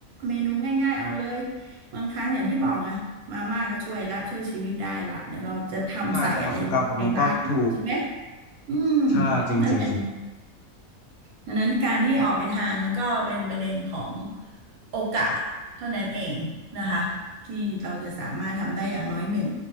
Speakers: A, on the right; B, on the left.
A: เมนูง่ายๆเอาเลยบางครั้งอย่างที่บอกอะมาม่าก็ช่วยละช่วยชีวิตได้ละเดี๋ยวเราจะทำใส่อะไรลงไปบ้างใช่ไหม
B: ใช่จากประสบการณ์ผมเองก็ถูก
A: อืม
B: ใช่จริงจริงจริง
A: นั่นแหละ ดังนั้นการที่ออกไปทานมันก็เป็นประเด็นของโอกาสเท่านั้นเองนะคะที่เราจะสามารถทำได้อย่างน้อยหนึ่ง